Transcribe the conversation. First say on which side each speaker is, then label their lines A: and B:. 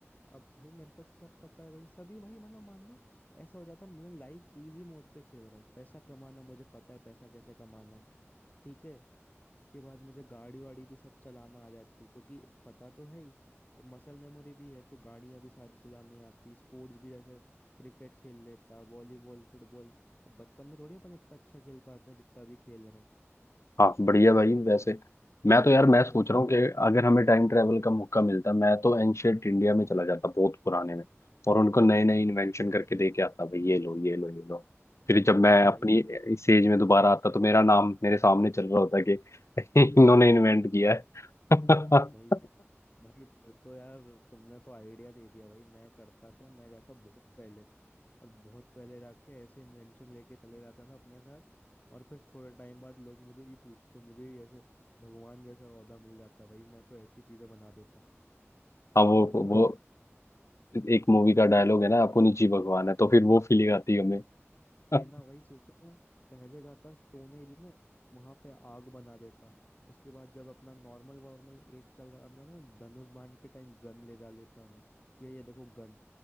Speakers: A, on the left; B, on the left.
A: अब भाई मेरे को तो सब पता है भाई सभी भाई मतलब मान लो ऐसा हो जाता मतलब लाइफ इजी मोड पे खेल रहा हूँ पैसा कमाना मुझे पता है पैसा कैसे कमाना है ठीक है उसके बाद मुझे गाड़ी वाड़ी भी सब चलाना आ जाती क्योंकि पता तो है ही और मसल मेमोरी भी है तो गाड़ियां भी सारी चलाने आती स्पोर्ट्स भी जैसे क्रिकेट खेल लेता वॉलीबॉल फुटबॉल अब बचपन में थोड़ी अपन इतना अच्छा खेल पाते हैं जितना भी खेल रहे
B: हाँ बढ़िया भाई वैसे मैं तो यार मैं
A: हैं
B: सोच
A: भाई
B: रहा हूँ कि अगर हमें टाइम ट्रेवल का मौका मिलता मैं तो एंशियंट इंडिया में चला जाता बहुत पुराने में और उनको नए नए इन्वेंशन करके दे के आता भाई ये लो ये लो ये लो फिर जब मैं अपनी
A: भाई
B: इस एज में दोबारा आता तो मेरा नाम मेरे सामने चल रहा होता कि <laughs> इन्होंने इन्वेंट किया है <laughs> हाँ
A: भाई भाई फिर तो यार तुमने तो आइडिया दे दिया भाई मैं करता क्या मैं जाता बहुत पहले और बहुत पहले जाके ऐसे इन्वेंशन लेके चले जाता ना अपने साथ और फिर थोड़े टाइम बाद लोग मुझे ये पूछते मुझे ही ऐसे भगवान जैसा ओहदा मिल जाता भाई मैं तो ऐसी चीजें बना देता
B: वो
A: सोचो भाई
B: वो
A: मैं
B: एक मूवी का डायलॉग है ना अपुन ही जी भगवान है तो फिर वो फीलिंग आती है हमें <laughs>
A: वही ना वही सोचो मैं पहले जाता स्टोन एज में वहां पे आग बना देता उसके बाद जब अपना नॉर्मल वॉर्मल एज चल रहा अपना ना धनुष बाण के टाइम गन ले जा लेता मैं कि ये देखो गन